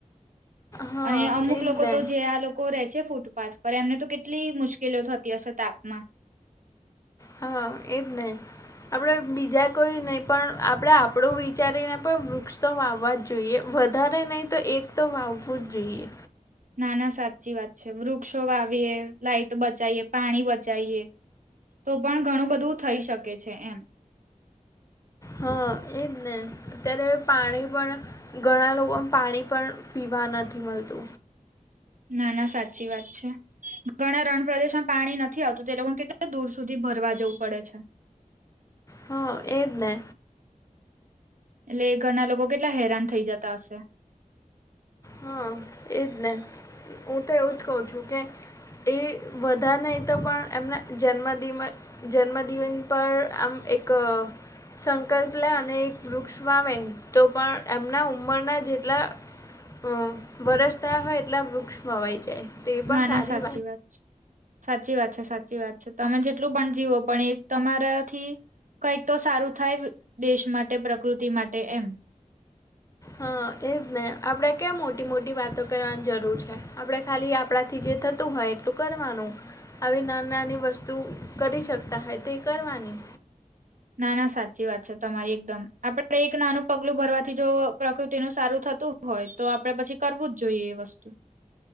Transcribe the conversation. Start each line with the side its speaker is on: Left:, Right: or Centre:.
Left: હા
Right: અને અમુક
Left: એજ
Right: લોકો
Left: ને
Right: તો જે આ લોક કો રહે છે ફૂટપાથ પર, એમને તો કેટલી મુશ્કેલિયો થતી હશે તાપમાં.
Left: હા, એજ ને. આપણે બીજા કોઈ નહીં, પણ આપણે આપણું વિચારીને પણ વૃક્ષ તો વાવવા જોઈએ વધારે નહીં તો એક તો વાવવું જ જોઈએ.
Right: ના ના સાચી વાત છે, વૃક્ષો વાવીએ, લાાઈટ બચાવીએ, પાણી બચીએ તો પણ ઘણું બધું થઈ શકે છે, એમ
Left: હા એજ ને અત્યારે પાણી પણ ઘણા લોકો પાણી પણ પીવા નથી મળતુ
Right: ના ના સાચી વાત છે. ઘણા રણ પ્રદેશમાં પાણી નથી આવતું તે લોકો કેટલા દૂર સુધી ભરવા જવું પડે છે.
Left: હા એ જ ને
Right: એટલે એ ઘરના લોકો કેટલા હેરાન થઈ જતા હશે.
Left: હા એજ ને હુ તો એવું જ કહુ છુ કે એ વધારે નહી, તો પણ એમના જન્મદિમા જન્મદિિવન પર આમ એક સંકલ્પ લે અને એક વૃક્ષ પાવે તો પણ એમના ઉમરના જેટલા- હમ વરસ થયા હોય એટલા વૃક્ષમાંવાઈ જાય. તો એ પણ
Right: ના ના
Left: સારી
Right: સાચી વાત છે સાચી વાત છે સાચી વાત છે, તમે જેટલું પણ જીવો પણ એક તમારાથી કઈક તો સારુ થાય દેશ માટે પ્રકૃતિ માટે એમ
Left: હા એજ ને આપણેે ક્યા મોટી મોટી વાતો કરવાની જરૂર છે, આપડે ખાલી આપણાથી જે થ હોય એટલું કરવાનું આવી નાની નાની વસ્તુ કરી શકતા હોય, તે કરવાની
Right: ના ના સાચી વાત છે, તમારી એકદમ આપડે એક નાનુ પગલુ ભરવાથી જો પ્રકૃતિનુ સારુ થતુ હોય તો આપડણે પછી કરવું જ જોઈએ એ વસ્તુ